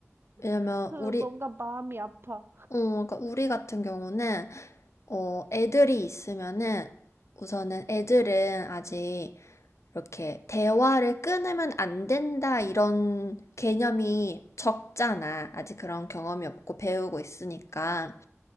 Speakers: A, on the left; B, on the right.
A: 왜냐면
B: <laughs>
A: 우리
B: 뭔가 마음이 아파.
A: 어, 그러니까 우리 같은 경우는 어, 애들이 있으면은 우선은 애들은 아직 이렇게 대화를 끊으면 안 된다 이런 개념이 적잖아. 아직 그런 경험이 없고 배우고 있으니까.